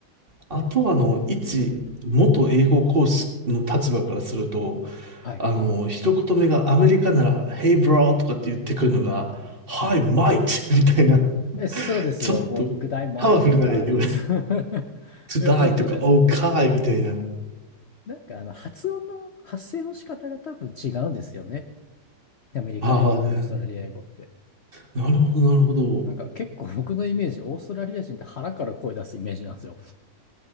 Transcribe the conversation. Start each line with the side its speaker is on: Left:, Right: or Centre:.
Right: あとは、あの、一、元英語講師の立場からすると、
Left: はい。
Right: あの、一言目がアメリカなら、Hey bro! とかって言ってくるのが、Hi
Left: はい。
Right: mate! みたいな、
Left: え、そうですよ。
Right: ちょっと
Left: もう、グダイマイとか。
Right: パワフルな英語で、
Left: <laughs>
Right: To
Left: いや、
Right: die!
Left: 本当です。
Right: とか、Okay!
Left: も
Right: みたいな。
Left: う、なんか、あの、発音の、発声の仕方が多分違うんですよね。アメリカ英語とオーストラリア英語って。
Right: ああ、でなるほど、なるほど。
Left: なんか、結構僕のイメージ、オーストラリア人って腹から声出すイメージなんですよ。